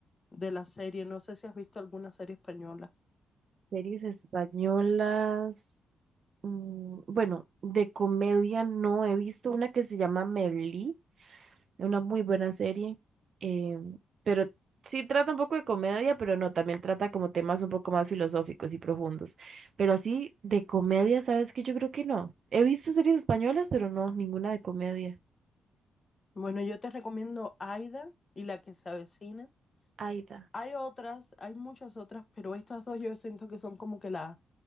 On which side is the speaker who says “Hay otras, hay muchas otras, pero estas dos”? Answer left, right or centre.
Left